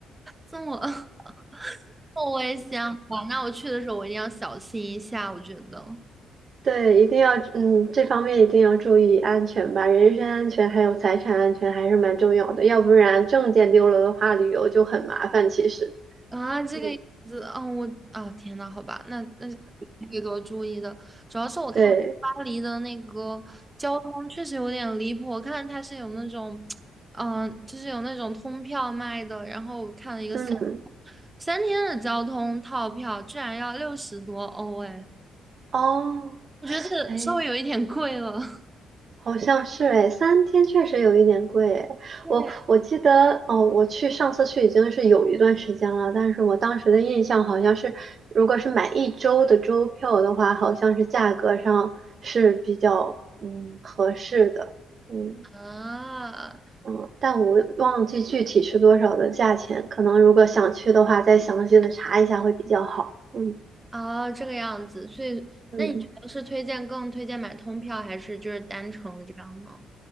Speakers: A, on the right; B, on the right.
A: 这么 <laughs> 这么危险吧？那我去的时候我一定要小心一下，我觉得
B: 对，一定要，嗯，这方面一定要注意安全吧，人身安全还有财产安全还是蛮重要的，要不然证件丢了的话，旅游就很麻烦。其实，
A: 啊，这个样子，
B: 嗯，
A: 哦，我啊，天呐，好吧，那那就会多注意的。主要是我看我去巴黎的那个交通确实有点离谱，
B: 对，
A: 我看它是有那种，嗯、就是有那种通票卖的，然后我看了一个三
B: 嗯，
A: 三天的交通套票，居然要六十多欧，哎，
B: 哦，
A: 我觉得这个稍微有一点贵了。
B: 哎，
A: <laughs>
B: 好像是哎，三天确实有一点贵哎我我记得哦，
A: 对
B: 我去上次去已经是有一段时间了，但是我当时的印象好像是，如果是买一周的周票的话，好像是价格上是比较嗯合适的，嗯。
A: 啊，
B: 嗯，但我忘记具体是多少的价钱，可能如果想去的话，再详细的查一下会比较好。嗯
A: 哦，这个样子，所以那你觉得是推荐更推荐买通票，
B: 嗯
A: 还是就是单程这样呢？